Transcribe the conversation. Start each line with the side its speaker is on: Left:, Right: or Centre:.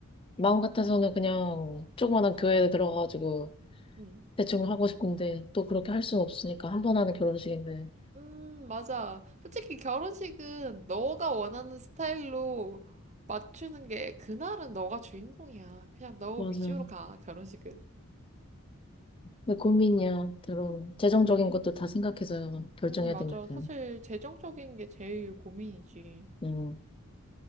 Left: 마음 같아서는 그냥 조그만한 교회에 들어가가지고
Right: 응.
Left: 대충 하고 싶은데 또 그렇게 할 수는 없으니까 한 번 하는 결혼식인데.
Right: 음, 맞아. 솔직히 결혼식은 너가 원하는 스타일로 맞추는 게 그날은 너가 주인공이야. 그냥 너
Left: 맞아.
Right: 위주로 가, 결혼식은.
Left: 근데 고민이야. 결혼. 재정적인 것도 다 생각해서 결정해야
Right: 음, 맞아.
Left: 되니까.
Right: 사실 재정적인 게 제일 고민이지.
Left: 음,